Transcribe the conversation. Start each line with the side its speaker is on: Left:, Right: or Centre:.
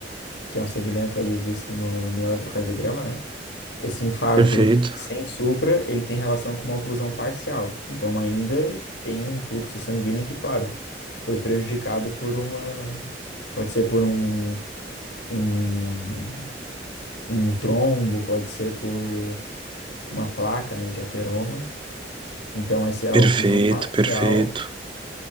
Left: que é um segmento ali visto no, no eletrocardiograma, né? Esse infarto
Right: perfeito,
Left: sem supra, ele tem relação com uma oclusão parcial. Então, ainda tem um fluxo sanguíneo que, claro, foi prejudicado por uma. Pode ser por um, um, um trombo, pode ser por uma placa, né, de ateroma. Então, essa é a
Right: perfeito,
Left: oclusão parcial
Right: perfeito.